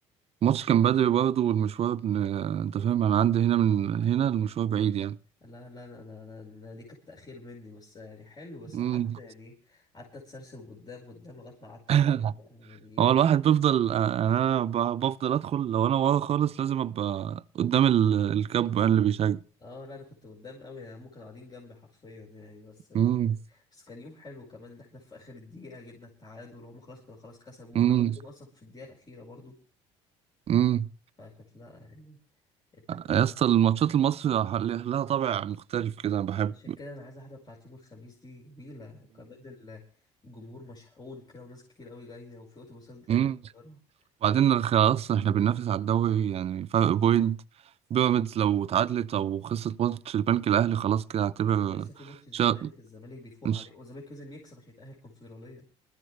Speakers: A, on the right; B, on the left.
A: الماتش كان بدري برضه والمشوار ابن... انت فاهم انا عندي هنا من هنا المشوار بعيد يعني
B: لا لا لا لا لا لا، دي كانت تاخير مني بس يعني حلو بس
A: مم.
B: قعدت يعني إيه، قعدت اتسرسب قدام قدام لغايه ما قعدت
A: <laughs>
B: قدام بقى. يعني إيه،
A: هو
B: كنت-
A: الواحد بيفضل آه، يعني انا ب- بفضل ادخل لو انا ورا خالص لازم ابقى قدام ال- الكاب اللي بيشجع
B: اه لا انا كنت قدام قوي يعني هم كانوا قاعدين جنبي حرفيا يعني بس كانت
A: امم
B: بس كان يوم حلو كمان ان احنا في اخر الدقيقه جبنا التعادل وهم خلاص كانوا خلاص كسبوا
A: امم
B: وهم جابوا جون اصلا في الدقيقه الاخيره برضو
A: امم
B: فكانت لا يعني التك...
A: يا اسطى الماتشات المصري لها طابع مختلف كده أنا بحب
B: عشان كده انا عايز واحده بتاعت يوم الخميس دي جميله كمان ال- الجمهور مشحون كده وناس كتير قوي جايه وفي اتوبيسات جايه
A: امم
B: من القاهره
A: وبعدين خلاص احنا بننافس على الدوري يعني فرق بوينت بيراميدز لو اتعادلت او خسرت ماتش البنك الاهلي خلاص كده هعتبر
B: لسه في ماتش الزمالك
A: شا...
B: الزمالك بيفوق
A: مش...
B: عليه والزمالك لازم يكسب عشان يتاهل الكونفدراليه